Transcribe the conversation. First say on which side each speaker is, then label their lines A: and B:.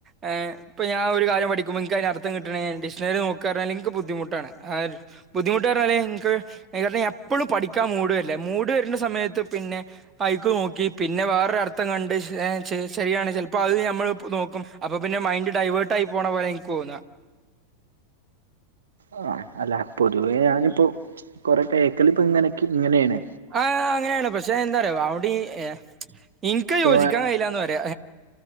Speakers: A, on the right; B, on the right.
A: ഹെ ഇപ്പൊ ഞാൻ ഒരു കാര്യം പഠിക്കുമ്പോ എനിക്ക് അതിന്റെ അത്ഥം കിട്ടണെങ്കി ഡിക്ഷണറി നോക്കാ പറഞ്ഞ എനിക്ക് ബുദ്ധിമുട്ടാണ് ബുദ്ധിമുട്ട് പറഞ്ഞാല് എനിക്ക് <unintelligible> എപ്പോഴും പഠിക്കാൻ മൂട് വരില്ലേ മൂട് വരണ്ട സമയത്ത് പിന്നെ ഇപ്പൊ അയ്ക്കു നോക്കി പിന്നെ വേറൊരർത്ഥം കണ്ട് ശരിയാണ് ചിലപ്പോ അത് ഞമ്മൾ നോക്കും അപ്പൊ പിന്നെ മൈൻഡ് ഡൈവേർഡ് ആയി പോണ പോലെ എനിക്ക് തോന്ന.
B: ആ അല്ല പൊതുവെ ഞാനിപ്പോ കൊറെ കേക്കൽ ഇപ്പൊ ഇങ്ങനെ ഇങ്ങനെയാണ്
A: ആ് അങ്ങനെയാണ് പക്ഷെ എന്താറിയൊ അവിടിം ഹെ ഇന്ക്ക്
B: ഇപ്പൊ
A: അഹ് യോജിക്കാൻ കഴയില്ലാന്ന് പറയാ